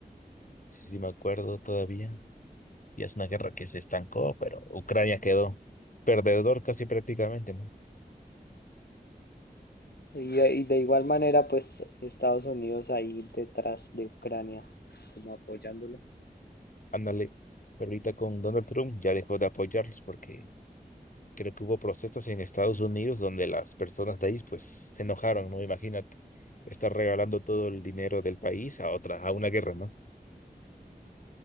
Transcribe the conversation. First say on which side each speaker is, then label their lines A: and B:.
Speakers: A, on the left; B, on the left.
A: Sí, sí, me acuerdo todavía. Y es una guerra que se estancó, pero Ucrania quedó perdedor casi prácticamente, ¿no?
B: Y, de- y de igual manera, pues Estados Unidos ahí detrás de Ucrania, como apoyándolo.
A: Ándale, pero ahorita con Donald Trump ya dejó de apoyarlos porque creo que hubo protestas en Estados Unidos donde las personas de ahí pues se enojaron, ¿no? Imagínate, estar regalando todo el dinero del país a otra, a una guerra, ¿no?